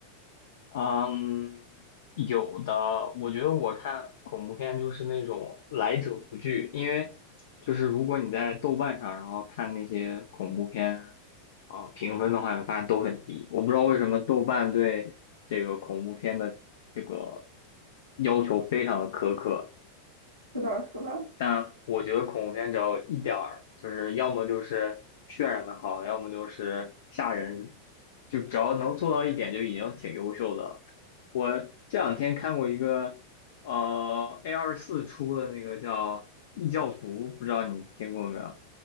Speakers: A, on the left; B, on the left.
A: 嗯，有的，我觉得我看恐怖片就是那种来者不拒，因为就是如果你在豆瓣上，然后看那些恐怖片，啊、评分的话，你发现都很低。我不知道为什么豆瓣对这个恐怖片的这个要求非常的苛刻。
B: 是的，是的。
A: 但我觉得恐怖片只要一点儿，就是要么就是渲染的好，要么就是吓人，就只要能做到一点就已经挺优秀的了。我这两天看过一个，呃，A 二四出的那个叫《异教徒》，不知道你听过没有？